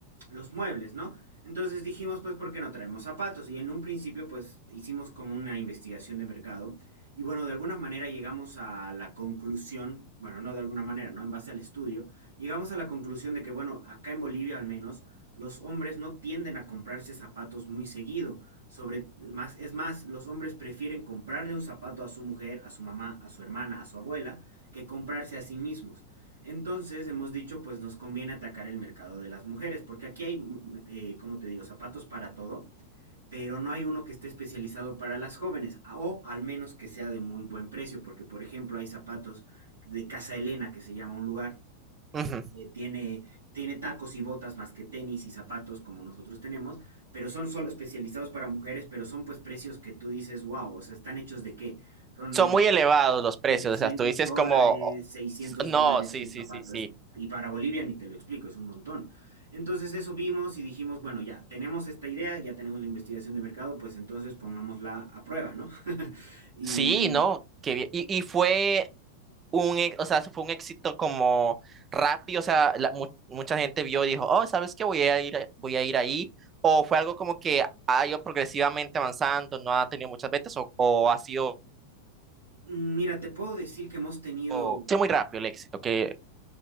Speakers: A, on the right; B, on the right.
A: los muebles, ¿no? Entonces dijimos, pues, ¿por qué no traemos zapatos? Y en un principio, pues, hicimos como una investigación de mercado y bueno, de alguna manera llegamos a la conclusión, bueno, no de alguna manera, ¿no? En base al estudio, llegamos a la conclusión de que, bueno, acá en Bolivia al menos, los hombres no tienden a comprarse zapatos muy seguido. Sobre, más, es más, los hombres prefieren comprarle un zapato a su mujer, a su mamá, a su hermana, a su abuela, que comprarse a sí mismos. Entonces, hemos dicho, pues nos conviene atacar el mercado de las mujeres, porque aquí hay, eh, como te digo, zapatos para todo, pero no hay uno que esté especializado para las jóvenes, o al menos que sea de muy buen precio, porque, por ejemplo, hay zapatos de Casa Elena, que se llama un lugar,
B: ujú.
A: eh, tiene, tiene tacos y botas más que tenis y zapatos como nosotros tenemos, pero son solo especializados para mujeres, pero son pues precios que tú dices, wow, o sea, ¿están hechos de qué? Son
B: Son muy elevados los precios,
A: 700
B: o sea, tú dices
A: dólares,
B: como, "Oh,
A: seiscientos
B: no,
A: dólares
B: sí,
A: un
B: sí,
A: zapato,
B: sí, sí.
A: es- y para Bolivia ni te lo explico, es un montón. Entonces eso vimos y dijimos, bueno, ya tenemos esta idea, ya tenemos la investigación de mercado, pues entonces pongámosla a prueba, ¿no? <laughs> Y
B: Sí,
A: mm,
B: no, qué bien. ¿Y, y fue un, ex- o sea, fue un éxito como rápido, o sea, la- mu- mucha gente vio y dijo, oh, ¿sabes qué? Voy a ir, a- voy a ir ahí. O fue algo como que ha ido progresivamente avanzando, no ha tenido muchas ventas o, o ha sido,
A: mira, te puedo decir que hemos tenido
B: o- ha sido muy rápido el éxito, que